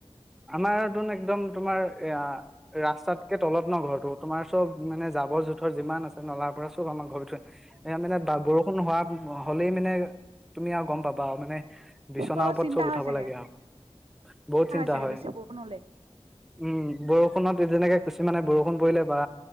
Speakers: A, in the centre; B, on the right (about 65°).
A: আমাৰতোন একদম তোমাৰ এয়া ৰাস্তাতকে তলত ন ঘৰটোত তোমাৰ চব মানে জাবৰ জোথৰ যিমান আছে নলাৰ পৰা চব আমাৰ ঘৰ তে এ মানে বৰষুণ হোৱা হলেই মানে তুমি আৰু গম পাবা মানে বিচনাৰ
B: অলপ
A: ওপৰত
B: চিন্তা
A: চব উঠাব
B: হয় চাগে
A: লাগে আৰু বহুত চিন্তা
B: চাগে
A: হয়
B: বেছি বৰষুণ হ'লে
A: উম বৰষুণত যেনেকে কিছুমানে বৰষুণ পৰিলে বা